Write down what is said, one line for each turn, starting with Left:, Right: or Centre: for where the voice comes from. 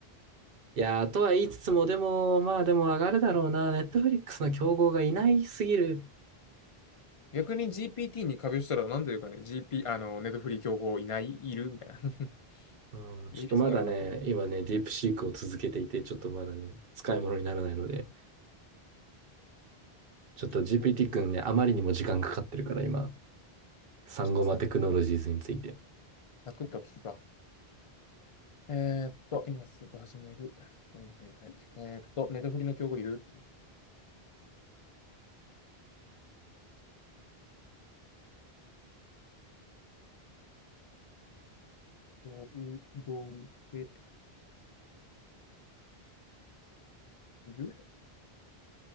Right: いやー、とは言いつつも、でも、まあでも上がるだろうな。ネットフリックスの競合がいないすぎる。
Left: 逆に GPT に壁したらなんていうかね、GP、あの、ネットフリー競合いないいるみたいな。<laughs>
Right: うん、ちょっとまだね、
Left: いるそうやな。
Right: 今ね、ディープシークを続けていて、ちょっとまだね、使い物にならないので、ちょっと
Left: ちょっ
Right: GPT 君ね、あまりにも時間かかってるから、今、サンゴマテクノロジーズについて。
Left: とサクサッと聞くか。えーっと、今すぐ始める。はいはいはい。えーっと、ネットフリーの競合いる競合でいる